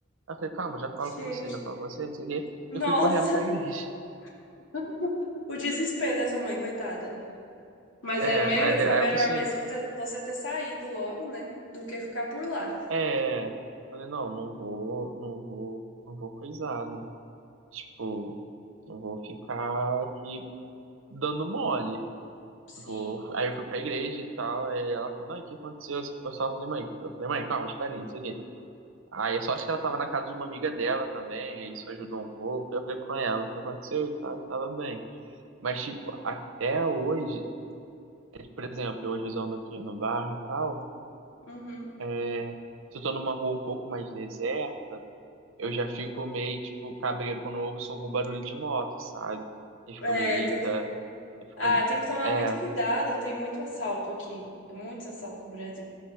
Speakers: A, on the right; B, on the left.
A: Aí eu falei, calma, já falo
B: Gente.
A: com você, já falo com você, não sei o quê. E eu
B: Nossa.
A: fui correndo pra igreja. <laughs>
B: <laughs> O desespero da sua mãe, coitada. Mas
A: É,
B: era melhor,
A: aí de-
B: foi
A: aí
B: melhor
A: ela falou assim,
B: mesmo você- você ter saído logo, né? Do que ficar por lá.
A: É, falei, não, não vou, não vou, não vou coisar, né? Tipo, não vou ficar aqui dando mole.
B: Sim.
A: Vou... Aí eu fui pra igreja e tal, aí ela falou, não, o que aconteceu? Esse pessoal, eu só falei, mãe, eu falei, mãe, calma, espera aí, não sei o quê. Aí eu só acho que ela tava na casa de uma amiga dela também, aí isso ajudou um pouco. Aí eu falei com ela, o que aconteceu? E tal, tava bem. Mas, tipo, até hoje, é, por exemplo, hoje eu ando aqui no bairro e tal,
B: Uhum.
A: é, se eu tô numa rua um pouco mais deserta, eu já fico meio, tipo, cabreiro quando eu ouço algum barulho de moto, sabe? E fico
B: É,
A: meio, eita,
B: tem que.
A: eu fico.
B: Ah, tem que tomar
A: É,
B: muito cuidado. Tem muito assalto aqui. Tem muito assalto no Brasil.